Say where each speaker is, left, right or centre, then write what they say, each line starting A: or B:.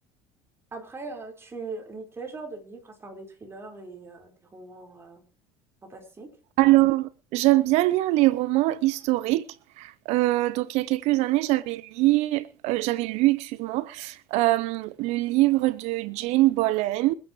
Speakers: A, on the right (about 20°); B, on the right (about 60°).
A: Après, euh, tu lis quel genre de livres à part des thrillers et euh, des romans euh, fantastiques?
B: Alors, j'aime bien lire les romans historiques. Euh, donc, il y a quelques années, j'avais lu, j'avais lu, excuse-moi, euh, le livre de Jane Boleyn.